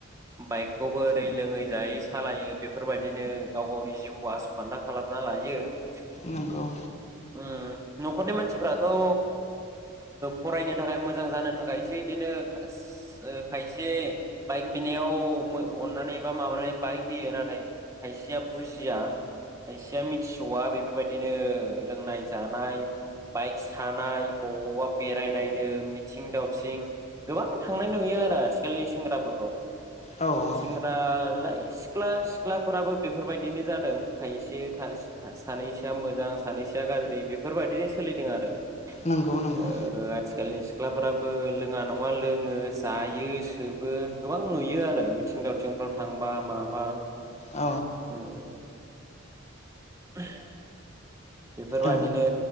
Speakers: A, on the right (about 15°); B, on the left (about 30°).
A: बाइकखौबो ओरै लोङै जायै स सालायो बेफोरबायदिनो गाव गावनि जिउखौ आस' खान्दा खालामना लायो ।
B: नंगौ
A: उम न'खरनि मानसिफ्राथ' ओ फरायनो थाखाय मोजां जानो थाखायसो बिदिनो खाय-खायसे बाइक बिनायाव अननानै बा माबानानै बाइक फैयो नाथाय खायसेया बुजिया खायसेया मिथिस'वा बेफोरबायदिनो लोंनाय जानाय बाइक सानाय बबावबा बेरायनायनो मिथिं दावथिं गोबां थांनाय नुयो आरो आथिखालनि सेंग्राफोरखौ
B: औ औ
A: सेंग्रा <unintelligible> सिख्ला सिख्लाफोराबो बेफोरबायदिनो जादों खायसे खा सा-सानैसोआ मोजां सानैसोआ गाज्रि बेफोरबायदिनो सोलिदों आरो ।
B: नंगौ नंगौ
A: ओ आथिखालनि सिख्लाफोराबो लोङा नङा लोङो जायो सोबो गोबां नुयो आरो मिथिं दावथिंफ्राव थांबा माबा बा
B: औ
A: औ <unintelligible> बेफोरबादिनो
B: औ